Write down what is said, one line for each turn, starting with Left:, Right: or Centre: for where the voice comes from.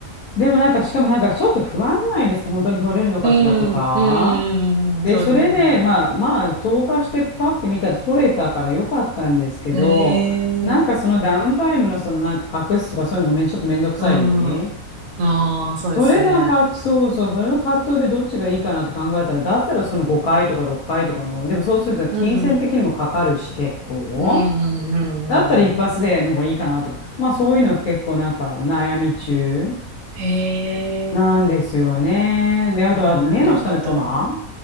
Left: でもなんかしかもなんかちょっと不安じゃないですか、本当に取れるのかしらとか。
Right: に。うん、うん、
Left: で、
Right: そうですね。
Left: それで、まあまあ、投下してパッて見たら取れたからよかったんですけど、
Right: ええー
Left: なんかそのダウンタイムのそのなんか隠すとかそういうのがめんちょっとめんどくさい。
Right: うん、ああ、そうですね。
Left: それなんか、そうそう、それの葛藤でどっちがいいかなって考えたら、だったらその5回とか6回とかの、でもそうすると金銭的にもかかるし、
Right: うん、うん、
Left: 結構。
Right: うん、うん、うん。
Left: だったら一発での方がいいかなと。
Right: うん
Left: まあそういうのは結構なんか悩み中
Right: へえ、
Left: なんですよね。で、あとは目の下のクマ
Right: なるほど。